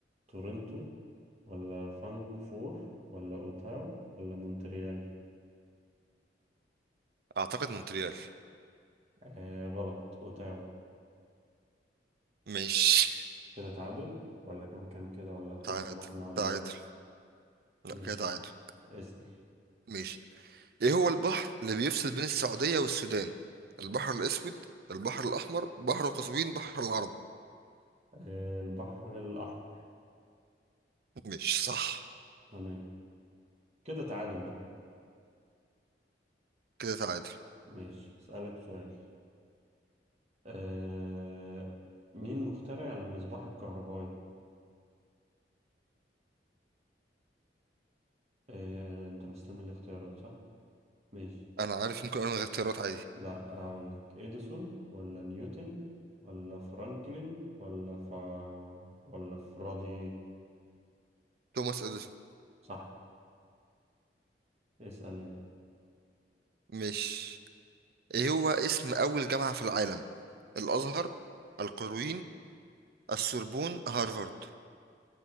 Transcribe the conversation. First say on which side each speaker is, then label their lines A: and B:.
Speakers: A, on the right; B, on the right.
A: تورنتو ولا فانكفور ولا اوتاو ولا مونتريال
B: اعتقد مونتريال
A: آه غلط اوتاو
B: مش
A: كده تعادل ولا كام كام كده ولا احنا
B: تعادل
A: زي ما احنا ولا
B: تعادل
A: ايه
B: لا
A: ماشي
B: كده تعادل
A: اسأل
B: مش ايه هو البحر اللي بيفصل بين السعودية والسودان البحر الاسود البحر الاحمر بحر قزوين بحر العرب
A: آه البحر الاحمر
B: مش صح
A: تمام كده تعادل بقى
B: كده تعادل
A: ماشي اسألك سؤال آه مين مخترع المصباح الكهربائي؟ آه انت مستني الاختيارات صح؟ ماشي
B: انا عارف ممكن انا من غير اختيارات عادي
A: لا اقول لك اديسون ولا نيوتن ولا فرانكلين ولا ف... ولا فرادي
B: توماس اديسون
A: صح اسأل يلا
B: مش ايه هو اسم اول جامعة في العالم الازهر القرويين السوربون هارفارد